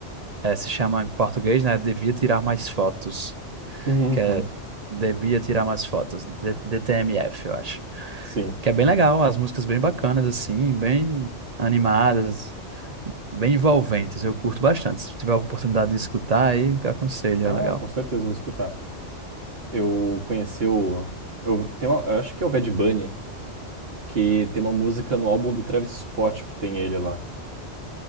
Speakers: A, on the right (about 35°); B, on the right (about 55°).
A: é, se chama em português, né? Devia tirar mais fotos,
B: Uhum.
A: que é Devia tirar mais fotos, D- DTMF, eu acho.
B: Sim.
A: Que é bem legal, as músicas bem bacanas, assim, bem animadas, bem envolventes, eu curto bastante. Se tiver a oportunidade de escutar, aí aconselho,
B: Ah,
A: é legal.
B: com certeza eu vou escutar. Eu conheci o. Eu, tem uma- eu acho que é o Bad Bunny. que tem uma música no álbum do Travis Scott que tem ele lá.